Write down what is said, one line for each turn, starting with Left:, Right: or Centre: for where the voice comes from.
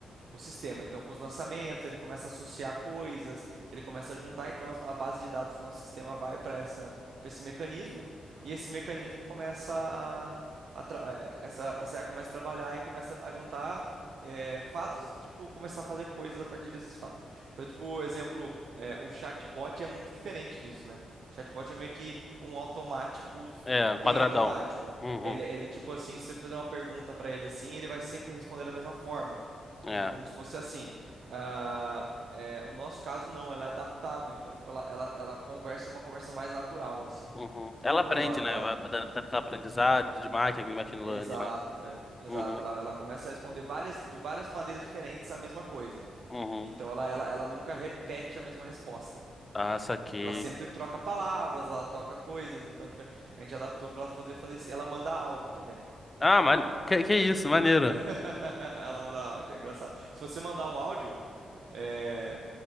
Right: o sistema. Então, com os lançamentos, ele começa a associar coisas, ele começa a juntar, então as- a base de dados do nosso sistema vai para essa, para esse mecanismo, e esse mecanismo começa a, a tra- eh, essa, essa IA começa a trabalhar e começa a juntar eh, fatos e tipo começar a fazer coisas a partir desses fatos. Então, tipo, exemplo, eh, o chatbot é muito diferente disso, né? O chatbot é meio que um automático
Left: É, é, quadradão.
Right: bem automático.
Left: Uhum.
Right: Ele, ele tipo assim, se você fizer uma pergunta para ele assim, ele vai sempre responder da mesma forma
Left: É.
Right: com- como se fosse assim. Ah, é, o nosso caso não, ela é adaptável, então tipo ela, ela, ela conversa uma conversa mais natural assim.
Left: Uhum. Ela
Right: Então
Left: aprende,
Right: ela, ela
Left: né? Vai vai dando vai dando aquele aprendizado de máquina, aquele machine
Right: exato,
Left: learning lá.
Right: é, exato,
Left: Uhum.
Right: ela, ela começa a responder várias de várias maneiras diferentes a mesma coisa.
Left: Uhum.
Right: Então ela, ela, ela nunca repete a mesma resposta.
Left: Ah, saquei.
Right: Ela sempre troca palavras, ela troca coisas, então tipo, a gente adaptou para ela fazer fazer isso. Ela manda áudio também.
Left: Ah, mane... que, que isso, maneiro.
Right: <laughs> Ela manda áudio, é engraçado. Se você mandar um áudio, é,